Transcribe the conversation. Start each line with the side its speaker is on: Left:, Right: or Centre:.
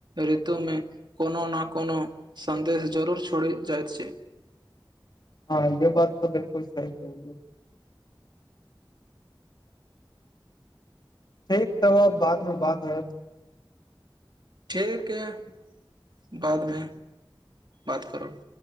Right: ऋतुमे कोनो न कोनो संदेश जरूर छड़े जाइत छै
Left: हँ ये बात तऽ बिल्कुल सही कहै ठीक तब बादमे बात होयत
Right: ठीक य बादमे बात करब